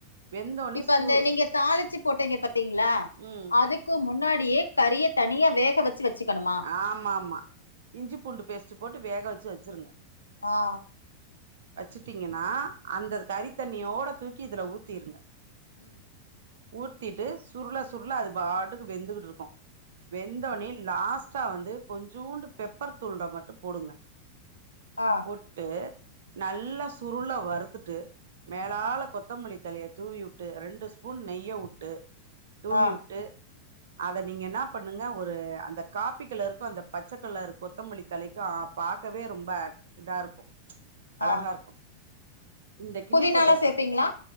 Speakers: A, on the right; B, on the left.
A: வெந்தோனே
B: இப்ப
A: சூ
B: அந்த நீங்க தாளிச்சி போட்டீங்க பாத்தீங்களா
A: ம்
B: அதுக் க்கு முன்னாடியே கரிய தனியா வேகவத் ச்சி வச்சிக்கணுமா
A: ஆமாமா இஞ்சி பூண்டு பேஸ்ட் போட்டு வேக வச்சி வச்சிருங்க
B: ஆ ஆ
A: வச்சிட்டீங்கனா அந்த கறிதண்ணியோட தூக்கி இதுல ஊத்திருங்க
B: உம்
A: ஊத்திட்டு சுருள சுருள அது பாட்டுக்கு வெந்துகிட்டு இருக்கு வெந்தோனே லாஸ்ட் ஸ்டா வந்து கொஞ்சூண்டு பெப்பர் தூள்ள மட்டு போடுங்க
B: ஆ
A: போட்டு நல்லா சுருளா வறுத்துட்டு மேலால கொத்தமல்லி தலைய தூவிவுட்டு ரெண்டு ஸ்பூன் நெய்ய உட்டு தூவிவுட்டு
B: ஆ
A: அத நீங்க இனா பண்ணுங்க ஒரு அந்தக் காப்பி கலருக்கும் அந்த பச்சகலர் கொத்தமல்லி தலைக்கு பாக்கவே ரொம்ப இதா இருக்கு அழகா
B: ஆ
A: இருக்கு இந்த கிள்ளி
B: புதினாலா
A: போட்ட ச
B: சேப்பீங்களா